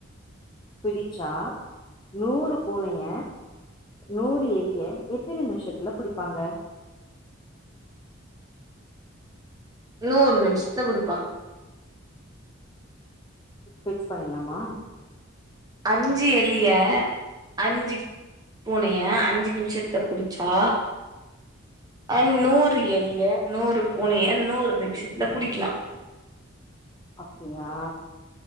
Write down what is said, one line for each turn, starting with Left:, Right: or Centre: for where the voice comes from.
Left: பிடிச்சா நூறு பூனைய நூறு எலிய எத்தின் நிம்ஷத்துல புடிப்பாங்க
Right: நூறு நிம்ஷு ட்ல புடிப்பாங்க
Left: பிக்ஸ் பண்ணில்லாமா
Right: அஞ்சு எலிய அஞ்சு பூனைய அஞ்சு நிம்ஷத்துல புடிச்சா அன் நூறு எலிய நூறு பூனைய நூறு நிம்ஷத்துல புடிக்கலாம்
Left: அப்டியா